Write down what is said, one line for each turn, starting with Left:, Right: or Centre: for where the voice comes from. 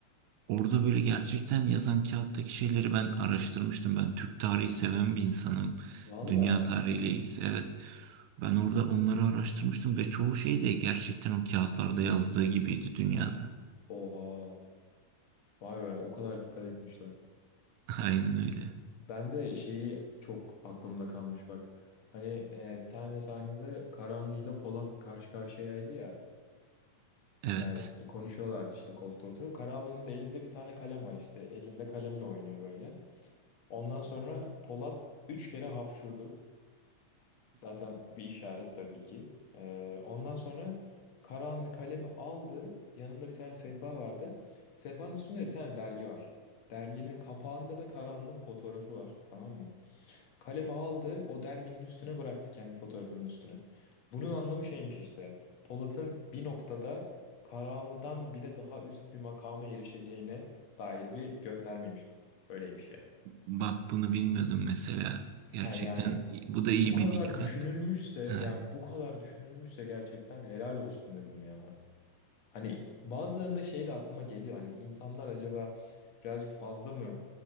Right: orada böyle gerçekten yazan kağıttaki şeyleri ben araştırmıştım. Ben Türk tarihi seven bir insanım.
Left: Valla.
Right: Dünya tarihiyle ilgisi evet. Ben orada onları araştırmıştım ve çoğu şey de gerçekten o kağıtlarda yazdığı gibiydi dünyada.
Left: Oha. Vay be o kadar dikkat etmişler.
Right: <laughs> Aynen öyle.
Left: Ben de şeyi çok aklımda kalmış bak. Hani e, bir tane sahnede Karahanlı'yla Polat karşı karşıyaydı ya.
Right: Evet.
Left: Yani konuşuyorlardı işte koltuğa oturup. Karahanlı'nın da elinde bir tane kalem var işte. Elinde kalemle oynuyor böyle. Ondan sonra Polat 3 kere hapşurdu. Zaten bir işaret tabii ki. Ee, ondan sonra Karahanlı kalemi aldı. Yanında bir tane sehpa vardı. Sehpanın üstünde bir tane dergi var. Derginin kapağında da Karahanlı'nın fotoğrafı var. Tamam mı? Kalemi aldı. O derginin üstüne bıraktı kendi fotoğrafının üstüne. Bunun anlamı şeymiş işte. Polat'ın bir noktada Karahanlı'dan bile daha üst bir makama erişeceğine dair bir göndermeymiş. Öyleymiş yani.
Right: Bak bunu bilmiyordum mesela.
Left: Ha
Right: Gerçekten
Left: yani.
Right: bu da iyi
Left: Bu kadar
Right: bir dikkat.
Left: düşünülmüşse yani
Right: Evet,
Left: bu kadar düşünülmüşse gerçekten helal olsun dedim ya. Hani bazılarında şey de aklıma geliyor hani insanlar acaba birazcık fazla mı